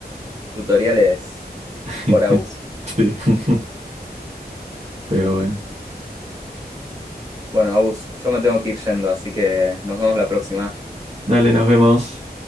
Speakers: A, on the right (about 20°); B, on the right (about 40°).
A: Tutoriales
B: <laughs>
A: por Agus.
B: Sí. <laughs> Pero bueno.
A: Bueno, Agus, yo me tengo que ir yendo, así que nos vemos la próxima.
B: Dale, nos vemos.